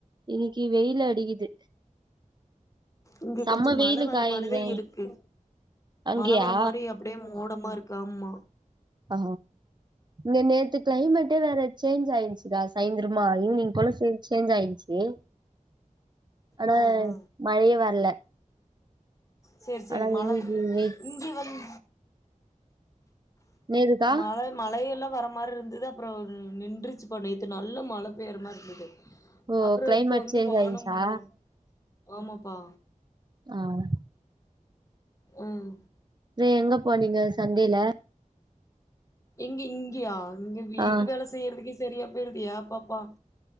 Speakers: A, on the right; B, on the left.
A: இன்னைக்கு வெயில் அடிக்குது
B: இங்க
A: செம்ம
B: கொஞ்சம்
A: வெயிலுக்கா
B: மழை வர மாதிரிதான்
A: இங்க
B: இருக்கு
A: அங்கயா
B: மழ வர மாதிரி அப்படியே மோடமா இருக்கு ஆமா
A: ஆ இங்க நேத்து கிளைமேட்டே வேற சேஞ்ச் ஆயிடுச்சுக்கா சாயந்திரமா ஈவினிங் போல சே சேஞ்ச் ஆயிடுச்சு ஆனா
B: ஆ ஆ
A: மழையே வரல
B: செர் செரி
A: ஆனா
B: மழை
A: இன்னைக்கு வெ
B: இங்கே வந்து
A: என்னதுக்கா
B: மழ மழயெல்லாம் வர மாதிரி இருந்தது அப்புறம் நின்றுறிச்சு பா நேத்து நல்ல மழை பெய்ற மாதிரி இருந்தது
A: ஓ
B: அப்றோ
A: கிளைமேட்
B: இப்போ வந்து
A: சேஞ்ச்
B: வானம்
A: ஆயிருச்சா
B: மூ ஆமாப்பா
A: ஆஹ்
B: உஹ்
A: செ எங்க போ நீங்க சண்டேல
B: எங்க இங்கயா இங்க வீட்டு
A: ஆ
B: வேல செய்றதுக்குே சரியா <unintelligible> என் பாப்பா